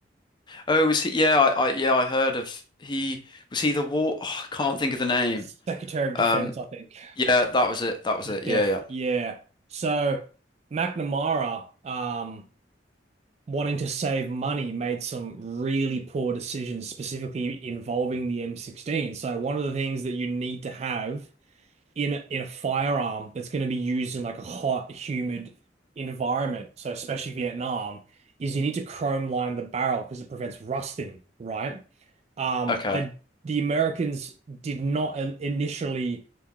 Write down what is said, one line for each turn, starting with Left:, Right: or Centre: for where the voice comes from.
Left: Oh, was he? Yeah, I, I yeah, I heard of he was he the war? oh, I can't think of the name.
Right: Secretary of
Left: Um,
Right: Defense, I think.
Left: yeah, that was it. That was
Right: SecDef,
Left: it. Yeah, yeah.
Right: yeah. So McNamara, um, wanting to save money made some really poor decisions, specifically involving the M16. So one of the things that you need to have in a, in a firearm that's going to be used in like a hot, humid environment, so especially Vietnam, is you need to chrome line the barrel because it prevents rusting, right? Um,
Left: Okay,
Right: but the Americans did not in- initially.